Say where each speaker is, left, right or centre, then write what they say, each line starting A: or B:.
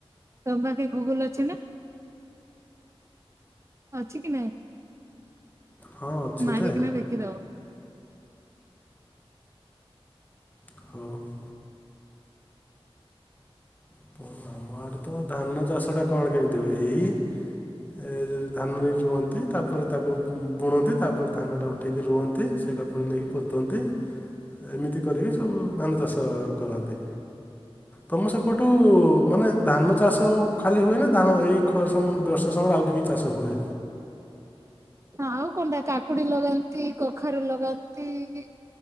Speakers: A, on the right; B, on the left.
A: ତମ ପାଖେ ଗୁଗୁଲୁ ଅଛି ନା। ଅଛି କି ନାଇଁ
B: ହଁ ଅଛି
A: ମାରିକିନା
B: ତେ
A: ଦେଖିଦବ।
B: <unintelligible> <unintelligible> ଆମ ଆଡ଼େ ତ ଧାନ ଚାଷ ଟା କଣ କେମିତି ହୁଏ ଏଇ ଏ ରେ ରେ ଧାନ <unintelligible> ରୁଅନ୍ତି ତାପରେ ତାକୁ ବୁଣନ୍ତି ତାପରେ ଧାନଟା ଉଠେଇକି ରୁଅନ୍ତି। ସେଇଟା ପୁଣି ନେଇକି ପୋତୋନ୍ତି ଏମିତି କରିକି ସବୁ ଧାନ ଚାଷ କରାନ୍ତି। ତମ ସେପଟୁ ମାନେ ଧାନ ଚାଷ ଖାଲି ହୁଏ ନା ଧାନ ଏଇ <unintelligible> ସମୟରେ ଆଉ କି କି ଚାଷ ହୁଏ।
A: ଆଉ କଣଟା କାକୁଡ଼ି ଲଗାନ୍ତି କଖାରୁ ଲଗାନ୍ତି।